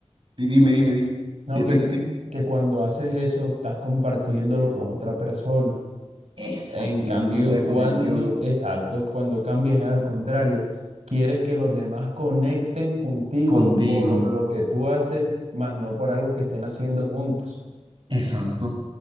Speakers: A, on the right (about 45°); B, on the right (about 75°).
A: di- dime, dime, dime.
B: no,
A: ¿Piensan
B: que,
A: que
B: cu-
A: qué?
B: que cuando haces eso estás compartiéndolo con otra persona.
A: Exacto,
B: En cambio,
A: hay un momento de
B: cuando,
A: conexión
B: exacto, cuando cambias es al contrario, quieres que los demás conecten contigo
A: contigo.
B: por lo que tú haces, más no por algo que estén haciendo juntos.
A: Exacto.